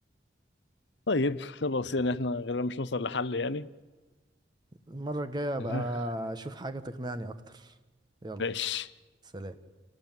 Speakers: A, on the left; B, on the right.
A: طيب خلاص يعني احنا غالبا مش نوصل لحل يعني
B: المرة الجاية ابقى
A: <laughs>
B: اشوف حاجة تقنعني اكتر يلا
A: ماشي
B: سلام